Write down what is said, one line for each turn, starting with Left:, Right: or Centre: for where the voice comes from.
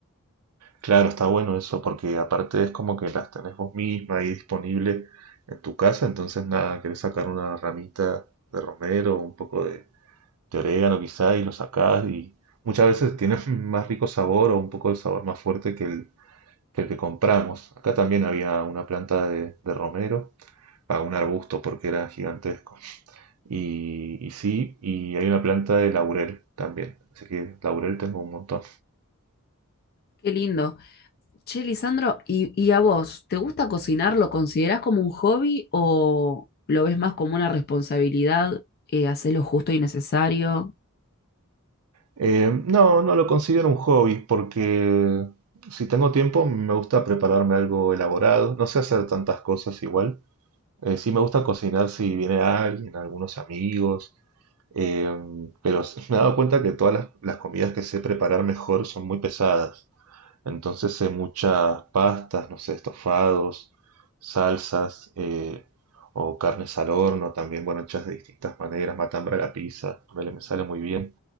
Right: Claro, está bueno eso porque aparte es como que las tenés vos misma ahí disponible en tu casa, entonces nada, querés sacar una ramita de romero, un poco de orégano quizá y lo sacás y muchas veces tiene <laughs> más rico sabor o un poco de sabor más fuerte que el que, el que compramos. Acá también había una planta de, de romero, a un arbusto porque era gigantesco. Y, y sí, y hay una planta de laurel también. Así que laurel tengo un montón.
Left: Qué lindo. Che, Lisandro, ¿y, y a vos? ¿Te gusta cocinar? ¿Lo considerás como un hobby o lo ves más como una responsabilidad? Eh, hacer lo justo y necesario.
Right: Eh, no, no lo considero un hobby porque si tengo tiempo me gusta prepararme algo elaborado. No sé hacer tantas cosas igual, Eh, sí me gusta cocinar si viene alguien, algunos amigos, eh, pero s- <laughs> me he dado cuenta que todas las, las comidas que sé preparar mejor son muy pesadas. Entonces sé muchas pastas, no sé, estofados, salsas eh, o carnes al horno, también, bueno, hechas de distintas maneras, matambra a la pizza, ponele, me sale muy bien,